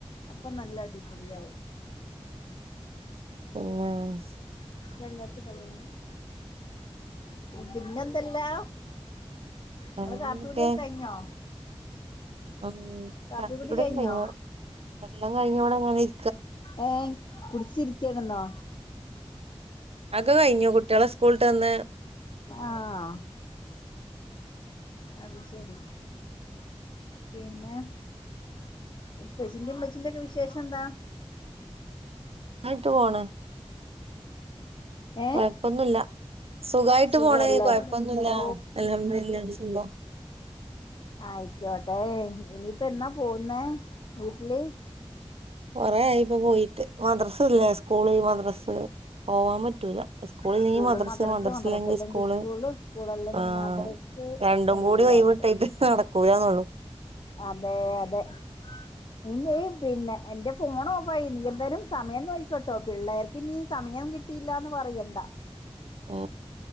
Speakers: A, on the left (about 50°); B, on the right (about 65°).
A: അപ്പൊ നല്ല അടി അലിയാവു
B: പിനെ.
A: രണ്ടായിരത്തി പതിമൂന്ന് പിന്നെ എന്തല്ലാ. ഇങ്ങളെ
B: അങ്ങനൊക്കെ
A: കാപ്പൂടിയൊക്കെ കഴിഞ്ഞോ.
B: ഉം
A: കാപ്പികുടി
B: കാപ്പി കുടിക്കെ
A: കഴിഞ്ഞോ
B: കയിഞ്ഞു എല്ലാം കഴിഞ്ഞ ഇവിടെ ഇങ്ങനെ ഇ
A: ഏ കുടിച്ചിരിക്കണെന്നോ.
B: അതൊക്കെ കഴിഞ്ഞു കുട്ടികളെ സ്കൂളിട്ട് വന്ന്
A: ആഹ. അത് ശരി പിന്നെ. ഉപ്പച്ചിന്റെ ഉമ്മച്ചിന്റെറെ ഒക്കെ വിശേഷം എന്താ.
B: നന്നായിട്ട് പോണ്.
A: ഏ
B: കൊയപ്പൊന്നുല്ല. സുഖായിട്ട്
A: സുഖല്ലേ
B: പോണ് കൊഴപ്പൊന്നുല്ല
A: ഓ
B: അൽഹംദുലുള്ള ബിസിമി
A: ആയിക്കോട്ടെ ഇനിയിപ്പോ എന്നാ പോവുന്നേ വീട്ടില്.
B: കൊറെ ആയി ഇപ്പ പോയിട്ട് മദ്രസ് ഇല്ലേ സ്കൂള് മദ്രസ് പോവാൻ പറ്റൂല. ഉസ്കൂളിലെങ്കിൽ
A: സ്കൂള്
B: മദ്രസ് മദ്രസല്ലെങ്കിൽ
A: മദ്രസ അല്ലെങ്കിൽ
B: സ്കൂള്
A: സ്കൂൾ അല്ലെങ്കിൽ
B: ആ
A: മദ്രസ്
B: രണ്ടും
A: എല്ലാണ്ട്
B: കൂടി. ട്ടായിട്ട് നടക്കൂലന്നൊള്ളു.
A: അതെ അതെ. പിന്നെ പിന്നെ എന്റെ ഫോൺ ഓഫായി നീ എന്തായാലും സമയം നോയിക്കോട്ടോ പിള്ളേർക്ക് നീ സമയ മയം കിട്ടിയില്ലന്ന് പറയണ്ട.
B: മ്മ്.